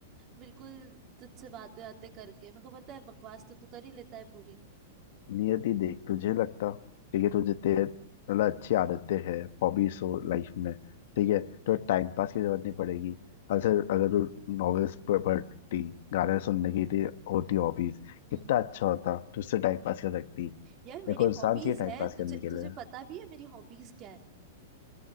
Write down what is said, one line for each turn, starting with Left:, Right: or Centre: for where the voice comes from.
Right: बिल्कुल तुझसे बातें बातें करके मेरे को पता है बकवास तो तू कर ही लेता है पूरी
Left: नियति देख तुझे लगता
Right: हम्म
Left: ठीक है तुझे तेरे मतलब अच्छी आदतें हैं हॉबीज हो लाइफ में ठीक है
Right: हम्म,
Left: तो टाइम पास की जरूरत नहीं पड़ेगी अगर अगर तू नॉवेल्स पढ़ती गाने सुनने की थी होती हॉबीज
Right: हम्म,
Left: कितना
Right: हम्म।
Left: अच्छा होता तू उससे टाइम पास कर सकती
Right: यार मेरी
Left: देखो इंसान
Right: हॉबीज
Left: चाहिए टाइम
Right: है
Left: पास
Right: तुझे
Left: करने के
Right: तुझे
Left: लिए
Right: पता भी है मेरी हॉबीज क्या है